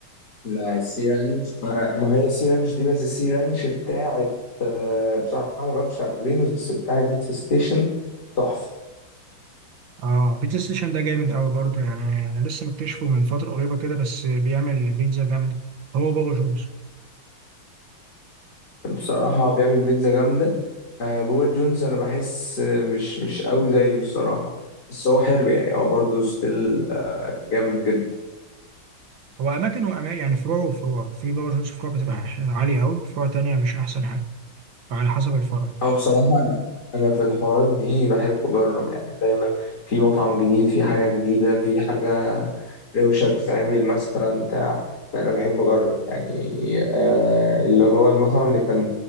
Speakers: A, on the left (about 50°); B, on the right (about 65°).
A: لا السي رانش أنا ما هي السي رانش دي بس السي رانش بتاعت آه، بصراحة ما جربتش على دريمز بس بتاعت بيتزا ستيشن تحفة
B: اه بيتزا ستيشن ده جامد قوي برضه يعني لسه مكتشفه من فتره قريبه كده بس بيعمل بيتزا جامده هو بابا جونز
A: بصراحة بيعمل بيتزا جامدة آه، بوبا جونز أنا بحس آه، مش مش قوي زيه الصراحة بس هو حلو يعني هو برضه ستيل آه، جامد جدا
B: هو اماكن واماكن يعني فروع وفروع في بابا جونز فروع بتبقى عاليه قوي فروع تانية مش احسن حاجه فعلى حسب الفرع
A: أو بصراحة أنا أنا في الحوارات دي بحب أجرب يعني دايما في مطعم جديد في حاجة جديدة في حاجة روشة بتتعمل مثلا بتاع فأنا بحب أجرب يعني آه اللي هو المطعم اللي كان